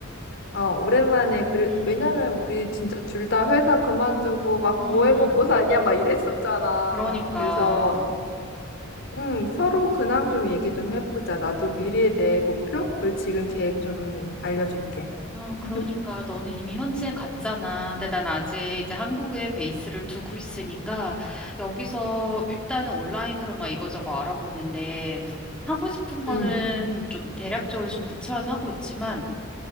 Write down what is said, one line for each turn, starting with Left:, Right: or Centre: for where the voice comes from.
Left: 어, 오랜만에, 그래,
Centre: 음,
Left: 왜냐면 우리 진짜 둘 다 회사 그만두고 막
Centre: 음,
Left: 뭐해 먹고 사냐 막 이랬었잖아.
Centre: 그러니까.
Left: 그래서, 응, 서로 근황 좀 얘기 좀 해보자. 나도 미래에 대해 목표? 그리고 지금 계획 좀 알려줄게.
Centre: 아, 그러니까
Left: <laughs>
Centre: 너는 이미 현지에 갔잖아. 근데 난 아직 이제 한국에 베이스를 두고 있으니까 여기서 일단은 온라인으로 막 이거저거 알아보는데 하고 싶은 거는
Left: 응,
Centre: 좀 대략적으로 지금 구체화는 하고 있지만